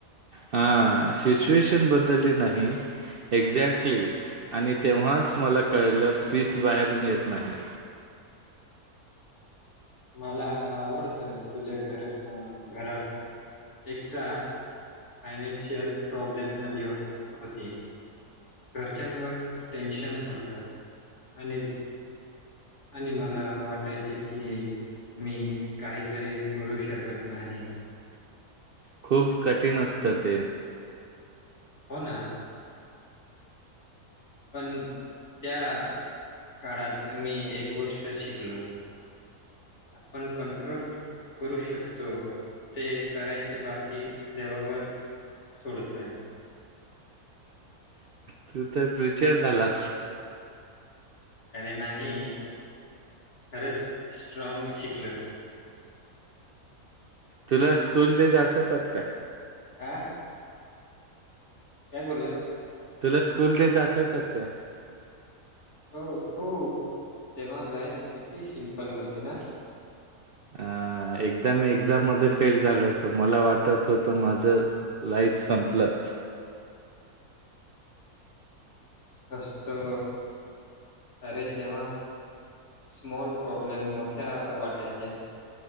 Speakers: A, on the right; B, on the left.
A: हा सिचुएशन बदलली नाही, एक्झॅक्टली आणि तेव्हाच मला कळलं पीस बाहेरून येत नाही.
B: मला आवडतं तुझं घर अं घरातले. एकदा फायनॅन्शियल प्रॉब्लेम आले हो होते. घरच्यांवर टेन्शन होतं आणि आणि मला वाटायचे की मी काहीतरी करू शकत नाही.
A: खूप कठीण असतं ते.
B: हो ना, पण त्या काळात मी एक गोष्ट शिकलो. आपण कंट्रोल करू शकतो. ते करायचे बाकी, देवावर सोडतोय.
A: तू तर <unintelligible> झालास.
B: अरे नाही, खरंच स्ट्रॉंग शिकलं.
A: तुला स्कूल डेज आठवतात का?
B: आ? काय बोलला?
A: तुला स्कूल डेज आठवतात का?
B: हो खूप, तेव्हा लाईफ किती शिंमपल होती ना?
A: अं एकदा मी एक्झाममध्ये फेल झालो होतो, मला वाटत होतं माझं लाईफ संपलं.
B: हसतो. अरे तेंव्हा, स्मॉल प्रॉब्लेम मोठ्या वाटायच्या.